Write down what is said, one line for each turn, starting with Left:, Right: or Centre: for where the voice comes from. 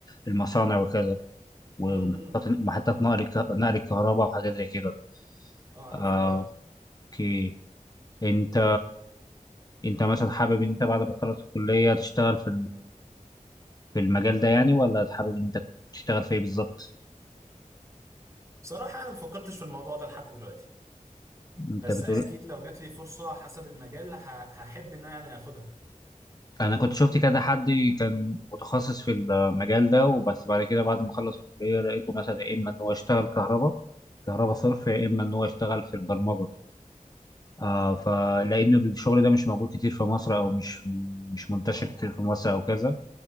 Left: المصانع وكذا ومحطات
Right: امم
Left: محطات نقل الك- نقل الكهرباء وحاجات زي كده
Right: اه عارفها
Left: آه،
Right: برضو
Left: اوكي انت انت مثلا حابب ان انت بعد ما تخلص الكليه تشتغل في في المجال ده يعني ولا حابب انت تشتغل في ايه بالظبط
Right: بصراحة أنا مفكرتش في الموضوع ده لحد دلوقتي
Left: انت
Right: بس
Left: بتقول
Right: أكيد لو جات لي فرصة حسب المجال ه- هحب إن أنا يعني آخدها
Left: انا كنت شفت كذا حد كان متخصص في المجال ده وبس بعد كده بعد ما خلص كلية لقيته مثلا يا اما ان هو يشتغل كهرباء كهرباء صرف يا اما ان هو يشتغل في البرمجة آه فلان الشغل ده مش موجود كتير في مصر او مش مش منتشر
Right: اه
Left: كتير في مصر او كذا